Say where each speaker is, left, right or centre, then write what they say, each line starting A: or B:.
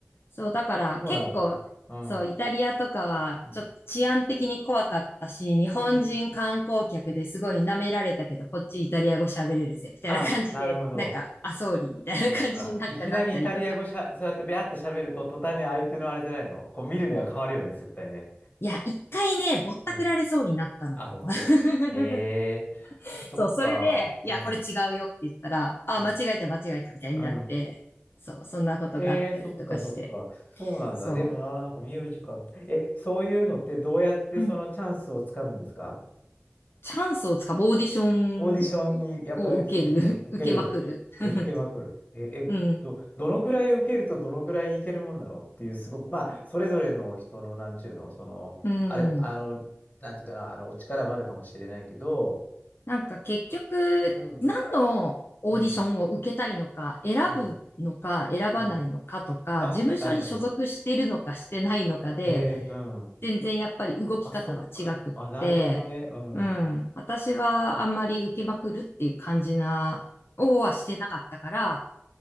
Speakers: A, on the left; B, on the left.
A: そう、だから結構、
B: そうなんだ。うん。
A: そう、イタリアとかは、
B: うん。
A: ちょっと治安的に怖かったし、日本人観光客ですごい舐められたけど、
B: うん
A: こっちイタリア語喋れるぜ、みたいな感じで、
B: あ、なるほど。
A: なんか、あ、ソーリーみたいな感じになんかなったりとか。
B: そっか。いきなりイタリア語しゃ、そうやってビャーって喋ると、途端に相手のあれじゃないのこう見る目が変わるよね、絶対ね。
A: いや、一回ね、ぼったくられそうになったのよ。
B: うん。あ、本当。
A: <laughs>
B: へえ、そっか。
A: そう、それで、いや、
B: うん。
A: これ違うよって言ったら、あ、
B: うん。
A: 間違えた、間違えた、みたいになって、
B: うん
A: そう、そんなことがあったりとかして、
B: えー、そっかそっか。そうなんだ。
A: そ
B: でもな、なんかミュージカル。え、そういうのってどうやってそのチャンスをつかむんですか
A: う。うんチャンスをつかむオーディション
B: オーディションにやっぱり、
A: を受ける。
B: そうかそうか、受ける、
A: <laughs> 受けまくる。<laughs>
B: え、受けまくる。え、えっと、
A: うん。
B: どのくらい受けるとどのくらいいけるもんなのっていう、すごく、まあ、それぞれの人の、なんちゅうの、その、
A: うん。
B: あれ、あの、なんていうかな、あの、力もあるかもしれないけど、
A: なんか結局、
B: うん、
A: 何のオーディションを受けたいのか、
B: うん、
A: 選ぶのか、
B: うん、
A: 選ばないのかとか、
B: うん。あ、
A: 事務所に所属してるのかしてないのかで、
B: なるほど。えーうん。
A: 全然やっぱり動き方は違くって、
B: あ、そっか。あ、なるほどね。うん、
A: うん。
B: うん、
A: 私はあんまり受けまくるっていう感じな、をはしてなかったから、